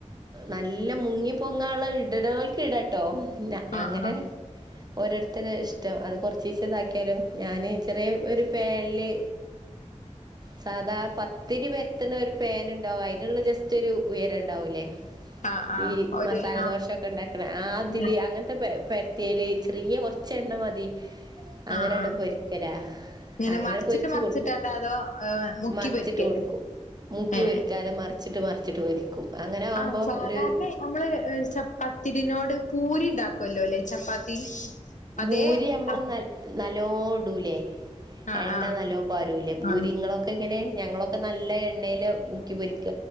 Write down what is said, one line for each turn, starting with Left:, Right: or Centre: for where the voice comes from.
Right: നല്ല മുങ്ങി പൊങ്ങള്ള ഇടടൊർക്ക് ഇടാട്ടോ ന്ന
Left: ആ
Right: അങ്ങനെ
Left: ആ
Right: ഓരോരുത്തരെ ഇഷ്ടം അത് കൊറച്ചീച്ച ഇതാക്കിയാലും ഞാന് ചെറിയ ഒരു പാനില് സാധാ പത്തിരി പരത്തണ ഒരു പാൻ ഉണ്ടാവും അയിനുള്ള ജസ്റ്റ് ഒരു ഉയരം ഉണ്ടാവൂല്ലേ
Left: ആ ആ
Right: ഈ
Left: ഒരു
Right: മസാല
Left: ആ
Right: ദോശ ഒക്കെ ഉണ്ടാക്കണ ആതില്
Left: ആ
Right: അങ്ങനെ പരത്തിയല് ചെറിയ കൊറച്ച് എണ്ണ മതി അങ്ങനങ്ങട്ട്
Left: ആ ആ.
Right: പൊരിക്കലാ
Left: ഇങ്ങനെ
Right: അങ്ങനെ
Left: മറിച്ചിട്ട്
Right: പൊരിച്ച്
Left: മറിച്ചിട്ടാണ്ട്
Right: കൊടുക്കും
Left: അതോ ആ, മുക്കി
Right: മറിച്ചിട്ട്
Left: പൊരിക്കേനു
Right: കൊടുക്കും മുക്കി
Left: ഏ
Right: വേക്കാതെ മറിച്ച് വച്ചിട്ട് മറിച്ചിട്ട് പരിക്കും അങ്ങനാവുമ്പോം
Left: ആ സാധാരണ
Right: ഒരു
Left: നമ്മള് ചപ്പാത്തിരിനോട് പൂരി ഉണ്ടാക്കുവുല്ലോല്ലെ ചപ്പാത്തി അതേ
Right: ബൂരി നമ്മള്
Left: ആ
Right: നൽ നല്ലോണിടൂല്ലേ
Left: ആ
Right: എണ്ണ
Left: ആ
Right: നല്ലോം പരുല്ലേ ബൂരിങ്ങളൊക്കെ
Left: ആ
Right: ഇങ്ങനെ ഞങ്ങളൊക്കെ നല്ല എണ്ണൽ മുക്കി പൊരിക്ക